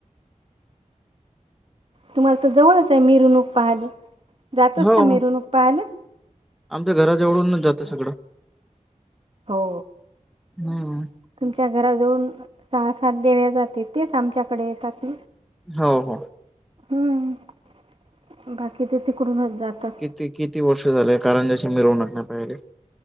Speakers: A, on the right; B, in the centre.
A: तुम्हाला तर जवळच आहे मिरवणूक पाहाली जातच
B: हो.
A: ना मिरवणूक पाहालं
B: आमच्या घराच्या एवढून जातं सगळं
A: हो
B: हम्म
A: तुमच्या घराजवन सहा सात देव्या जाते तेच आमच्याकडे येतात
B: हो हो
A: हम्म बाकी ते तिकूनच जात
B: किती किती वर्ष झालेय कारण ज्याशी मिरवूनक नाही पाहिले